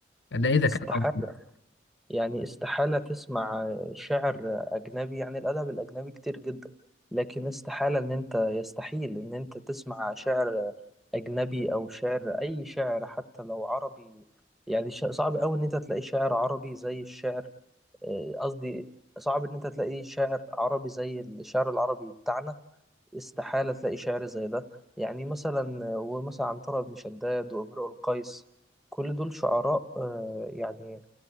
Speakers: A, on the left; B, in the centre.
A: ده اذا
B: استحالة
A: كان موجود
B: يعني استحالة تسمع شعر أجنبي يعني الأدب الأجنبي كتير جدا لكن استحالة إن أنت يستحيل إن أنت تسمع شعر أجنبي أو شعر أي شعر حتى لو عربي يعني ش- صعب أوي إن أنت تلاقي شعر عربي زي الشعر آه، قصدي صعب إن أنت تلاقي شعر عربي زي الشعر العربي بتاعنا استحالة تلاقي شعر زي ده يعني مثلا ومثلا عنترة بن شداد وامرؤ القيس كل دول شعراء آه، يعني